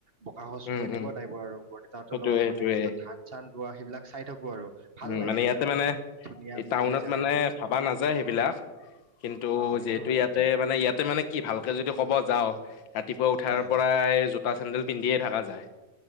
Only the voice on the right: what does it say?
বকা
খচু সেনেকোৱ
টাইপৰ আৰু বৰদেউতা হেঁতৰ
লগত মানে
কিবা ধান চান ৰোৱা সেইবিলাক চাই থাকো। আৰু ভাল
লাগে
এটা ক'ব
গ'লে ধুনীয়া
মুকলি
জাগা
অ সেইটো
হয়
হয়